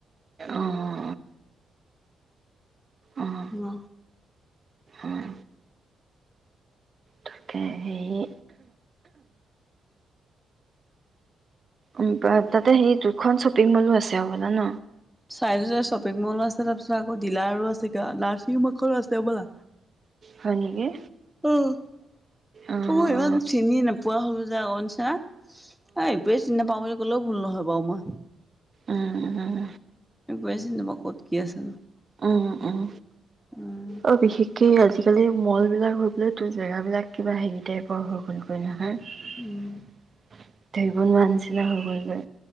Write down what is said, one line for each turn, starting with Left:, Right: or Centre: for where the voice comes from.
Right: অঁ অঁ
Centre: উহ
Right: অঁ তাকে হেৰি উ তাতে সেই দুখন শ্বপিং মলো আছে হ'বলা ন
Centre: চাই চ শ্বপিং মলো আছে তাৰপিছত আকৌ ডিলাৰো আছে কিয় নাৰ্ছিং হোমত ৰাস্তও ব'লা
Right: হয় নেকি?
Centre: উ
Right: অঁ
Centre: অ ইমান
Right: অঁ
Centre: চিনি নাপায়। পোৱা হল যে আগ নিছিনা। অ এইোৱে চিন্তা পাওঁ বুলি কলেও ভুল নহয়ব বামা।
Right: উম উ উম
Centre: আ একোৱে চিনি নাপাওঁ ক'ত কি আছে।
Right: উম উম
Centre: উম
Right: অ বিশেষকে আজি একেলি মলবিলাক হৈ পেলাই তোৰ জেগাবিলাক কিবা হেৰি টাইপৰ হেৰী তাইপ হ'লগৈ যানা ধৰিবন
Centre: উম
Right: নোৱাৰা নিছিনা। চিনা হৈ গ'ল যে